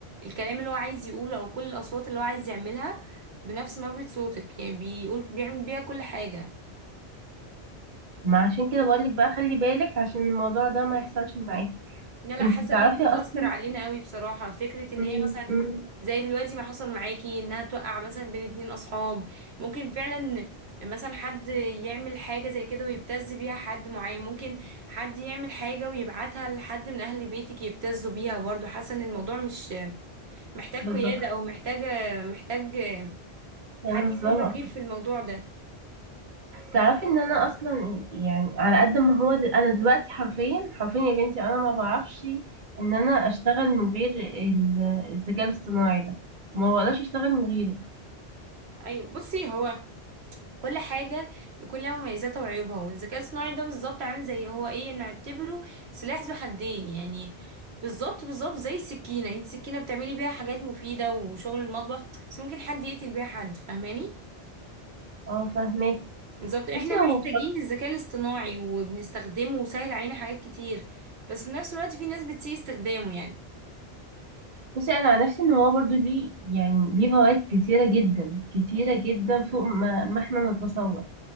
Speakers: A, on the right; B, on the right.
A: الكلام اللي هو عايز يقوله او كل الاصوات اللي هو عايز يعملها بنفس نبرة صوتك يعني بيقول بيعمل بيها كل حاجة
B: ما عشان كده بقولك بقى خلي بالك عشان الموضوع ده ما يحصلش معاكي
A: لا لا
B: انت
A: حاسه
B: تعرفي
A: ان هي هتأثر
B: اصلا
A: علينا قوي بصراحه فكره ان
B: مم،
A: هي مثلا
B: مم،
A: زي دلوقتي ما حصل معاكي انها توقع مثلا بين اتنين اصحاب ممكن فعلا مثلا حد يعمل حاجه زي كده ويبتز بيها حد معين ممكن حد يعمل حاجه ويبعتها لحد من اهل بيتك يبتزوا بيها برضو حاسه ان الموضوع مش محتاج
B: بالظبط
A: قياده او محتاجه محتاج
B: انا
A: حد
B: ازاي
A: يكون
B: ما
A: رقيب
B: أتفق-
A: في الموضوع ده
B: تعرفي ان انا اصلا يعني على قد ما هو دل... انا دلوقتي حرفيا حرفيا يا بنتي انا ما بعرفش ان انا اشتغل من غير ال- الذكاء الاصطناعي ده ما بقدرش اشتغل من غيره
A: ايوه بصي هو كل حاجة بيكون لها مميزاتها وعيوبها والذكاء الصناعي ده بالظبط عامل زي هو ايه نعتبره سلاح ذو حدين يعني بالظبط بالظبط زي السكينة انت السكينة بتعملي بيها حاجات مفيدة وشغل المطبخ بس ممكن حد يقتل بيها حد فاهماني
B: اه فاهماكي
A: بالظبط احنا
B: بصي
A: محتاجين
B: هو
A: الذكاء الاصطناعي وبنستخدمه وسهل علينا حاجات كتير بس في نفس الوقت في ناس بتسيء استخدامه يعني
B: بصي انا عن نفسي ان هو برضو ليه يعني ليه فوائد كتيره جدا كتيره جدا فوق ما, ما احنا نتصور